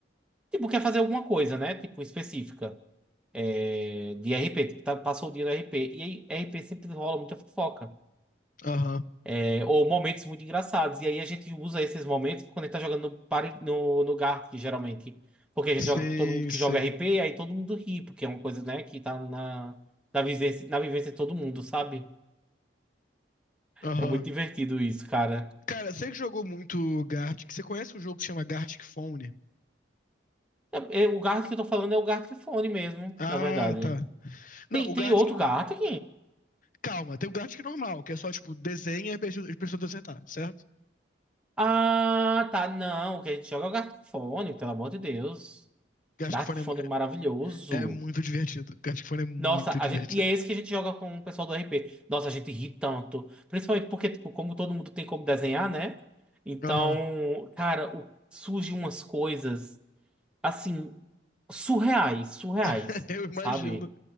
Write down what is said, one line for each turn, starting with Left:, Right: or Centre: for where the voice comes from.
Centre: tipo, quer fazer alguma coisa, né? Tipo, específica. é, de RP, tipo, tá- passou o dia do RP. E aí, RP sempre rola muita fofoca.
Left: Aham,
Centre: É, ou momentos muito engraçados. E aí a gente usa esses momentos quando a gente tá jogando no, pare- no, no Gartic, geralmente. Porque a gente
Left: sim,
Centre: joga com todo mundo que
Left: sim.
Centre: joga RP, aí todo mundo ri, porque é uma coisa, né, que tá na, na vivência, na vivência de todo mundo, sabe?
Left: Aham.
Centre: É muito divertido isso, cara.
Left: Cara, você que jogou muito Gartic, você conhece um jogo que se chama Gartic Phone?
Centre: É, é, o Gartic que eu tô falando é o Gartic Fone mesmo,
Left: Ah,
Centre: na verdade.
Left: tá. Não,
Centre: Tem,
Left: o
Centre: tem
Left: Gartic,
Centre: outro Gartic?
Left: Calma, tem o Gartic normal, que é só, tipo, desenha e as pessoas as pessoas acertar, certo?
Centre: Ah, tá. Não, o que a gente joga é o Gartic Fone, pelo amor de Deus.
Left: Gartic
Centre: Gartic
Left: Fun
Centre: Fone
Left: é,
Centre: maravilhoso.
Left: é é muito divertido. Gartic Fun é muito
Centre: Nossa, a
Left: divertido.
Centre: gente, e é esse que a gente joga com o pessoal do RP. Nossa, a gente ri tanto. Principalmente porque, tipo, como todo mundo tem como desenhar, né? Então,
Left: Aham,
Centre: cara, o- surgem umas coisas, assim, surreais, surreais,
Left: <laughs> eu imagino.
Centre: sabe?